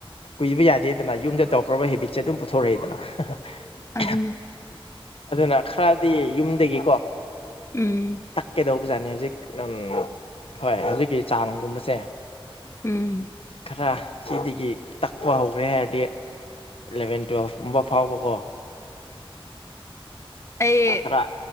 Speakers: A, on the left (about 75°); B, on the left (about 30°).
A: ꯀꯨꯏꯕ ꯌꯥꯗꯦꯗꯅ ꯌꯨꯝꯗ ꯇꯧꯈ꯭ꯔꯕ ꯍꯦꯕꯤꯠꯁꯦ ꯑꯗꯨꯝ ꯄꯨꯊꯣꯔꯛꯑꯦꯗꯅ <unintelligible>
B: ꯑꯗꯨꯅ
A: ꯑꯗꯨꯅ ꯈ꯭ꯔꯥꯗꯤ ꯌꯨꯝꯗꯒꯤꯀꯣ
B: ꯎꯝ
A: ꯇꯛꯀꯦꯗꯧꯕꯖꯥꯠꯅꯤ ꯍꯧꯖꯤꯛ ꯑꯝ ꯍꯣꯏ ꯍꯧꯖꯤꯛꯀꯤ ꯆꯥꯡꯒꯨꯝꯕꯁꯦ
B: ꯎꯝ
A: ꯈꯔ ꯁꯤꯗꯒꯤ ꯇꯛꯄ ꯍꯧꯒ꯭ꯔꯦ ꯍꯥꯏꯔꯗꯤ ꯏꯂꯚꯦꯟ ꯇꯨꯌꯦꯜꯐꯒꯨꯝꯕ ꯐꯥꯎꯕꯀꯣ
B: ꯑꯩ
A: ꯈꯔ